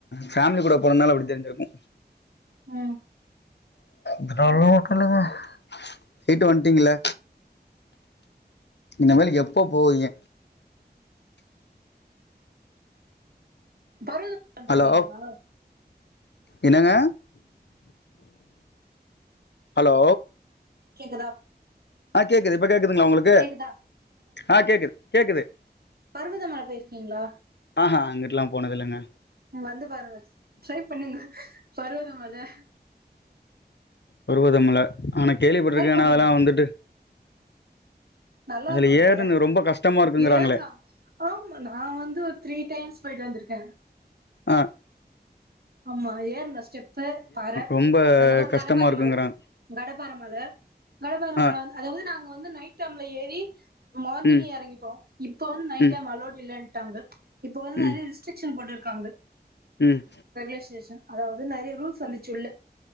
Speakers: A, on the left (about 80°); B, on the right (about 65°).
A: ஃபேமிலி கூட போனும்னாலு அப்டி தெரிஞ்சிருக்கு
B: ம்
A: திர மட்டு இல்லங்க போய்ட்டு வந்ட்டீங்கள இந்த மாலி நீங்க எப்போ போயிங்க
B: பருது பாத்திருக்கீங்ளா
A: ஹலோ என்னங்க ஹலோ
B: கேக்குதா
A: ஆ கேக்து இப்ப கேக் குதா உங்களுக்கு
B: கேக்குதா
A: ஆ கேக்குது கேக்குது
B: பருவத மல போயிருக்கீங்களா
A: ஆஹா அங்ட்டுல்லா போனதில்லங்க
B: வந்து பாருங்க ட்ரை பண்ணுங்க பருவத மல
A: பருவதமல ஆனா கேள்விப்பட்டிருக்கே
B: பண்ணுங்க
A: ஆனா அதெல்லா வந்துட்டு
B: நல்லாருக்குங்க
A: அதுல ஏறணு ரொம்ப கஷ்டமா இருக்குங்கிறாங்களே
B: ஏர்னா ஆமா நா வந்து ஒரு த்ரீ டைம்ஸ் போயிட்டு வந்திருக்கே
A: அ
B: ஆமா ஏறனாஸ்டப் ஃபஸ் பாற
A: ரொம்ப
B: அதுக்கப்புறோ
A: கஷ்டமா
B: கடபாரமல
A: இருக்குங்கிறாங்க
B: கடபாரமல கடபாரமல
A: ஆ
B: வந் அதாவது நாங்க வந்து நைட் டைம்ல ஏறி மார்னிங்கே
A: ம்
B: இறங்கிட்டோ இப்ப வந்து நைட்
A: ம்
B: டைம் அலோட் இல்லன்ட்டாங்க இப்ப வந்து
A: ம்
B: நெறைய ரிஸ்ட்ரிக்க்ஷன் போட்டுருக் க்காங்க
A: ம்
B: ரெஸ்ட்ரீஷன் அதாவது நெறைய ரூல்ஸ் வந்துச்சு உள்ள